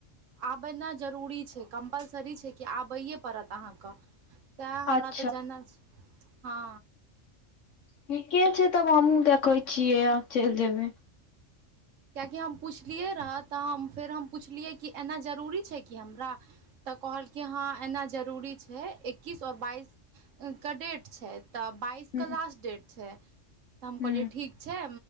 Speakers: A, on the right; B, on the left.
A: आबै ना जरूरी छै, कम्पलसरी छै कि आबैए पड़त अहाँ क। तैं हमरा
B: अच्छा
A: तऽ जेना छै, हँ
B: ठीके छै, तब हमहुँ देखय छियै आ चलि जेबै।
A: किएकि हम पुछलियै रहऽ, तऽ हम फेर हम पुछलियै कि एना जरूरी छै कि हमरा तऽ कहलकय हँ एना जरूरी छै, इक्किस आओर बाइस क डेट छै। तऽ बाइस
B: ह
A: के लास्ट डेट छै, त हम
B: ह
A: कहलियै ठीक छै